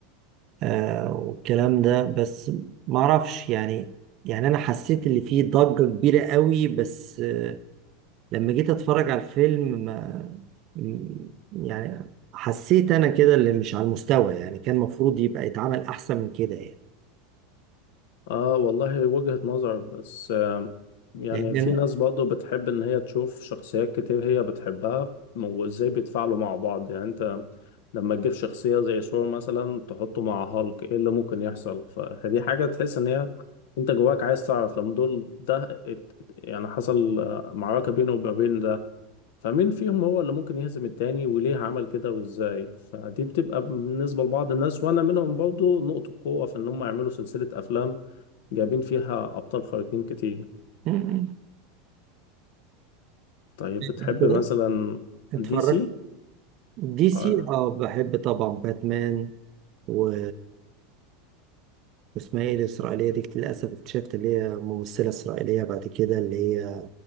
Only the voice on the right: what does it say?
آه والكلام ده بس معرفش يعني يعني انا حسيت اللي فيه ضجة كبيرة قوي بس آه لما جيت اتفرج على الفيلم ما م- يعني حسيت انا كده اللي مش على المستوى يعني كان المفروض يبقى يتعمل احسن من كده يعني
لان
انا
م- م.
انت
اتفرجت
دي سي
اه بحب طبعا باتمان و واسمها ايه الاسرائيليه دي للاسف اكتشفت اللي هي ممثله اسرائيليه بعد كده اللي هي